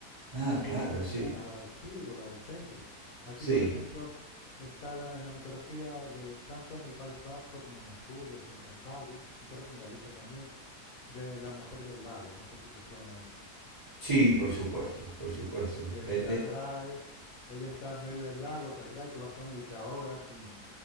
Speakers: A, on the right (about 40°); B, on the left (about 65°).
A: Ah,
B: que es
A: claro,
B: muy diferente
A: sí.
B: a a la del sur o la del centro. Aquí,
A: Sí.
B: por ejemplo, está la- en la mitología de tanto en el País Vasco como en Asturias y en Cantabria, y creo que en Galicia también, de la mujer del lago. No sé si te suena eso.
A: Sí, por supuesto, por supuesto.
B: Que
A: Eh,
B: te
A: de-
B: atrae, ella está en medio del lago, te atrae, tú vas caminando y te ahogas sin,